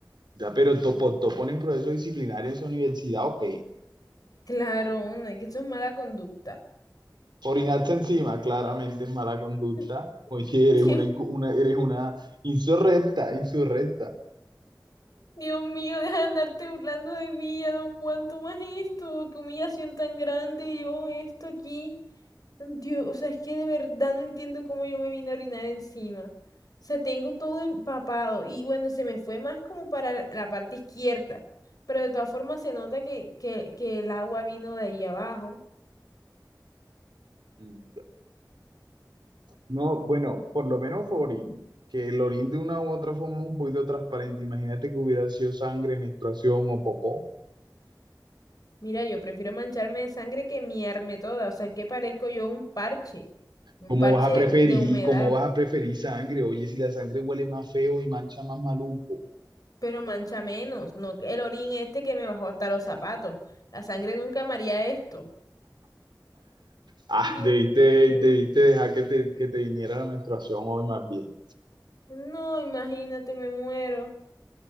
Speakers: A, on the right; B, on the left.
A: Ya, pero topo, topo en proceso disciplinario en su universidad, ok.
B: Claro, no, es que eso es mala conducta.
A: Orinaste encima, claramente es mala conducta.
B: <laughs>
A: Oye, eres
B: Dios.
A: una, incu- una, eres una insurrecta, insurrecta.
B: Dios mío, deja de andarte burlando de mí, ya no aguanto más esto, qué humillación tan grande, yo esto aquí. Dios, o sea, es que de verdad no entiendo cómo yo me vine a orinar encima. O sea, tengo todo empapado y bueno, se me fue más como para la la parte izquierda, pero de todas formas se nota que, que, que el agua vino de ahí abajo.
A: Mm. No, bueno, por lo menos fue orín, que el orín de una u otra forma es un poquito transparente. Imagínate que hubiera sido sangre, menstruación o popó.
B: Mira, yo prefiero mancharme de sangre que miarme toda, o sea, es que parezco yo un parche, un
A: ¿Cómo
B: parche
A: vas a preferir,
B: de, hu- de humedad.
A: cómo vas a preferir sangre? Oye, si la sangre huele más feo y mancha más maluco.
B: Pero mancha menos, no el orín este que me bajó hasta los zapatos. La sangre nunca amaría esto.
A: Ah,
B: Dios
A: debiste,
B: mío.
A: debiste dejar que te, que te viniera la menstruación hoy más bien.
B: No, imagínate, me muero.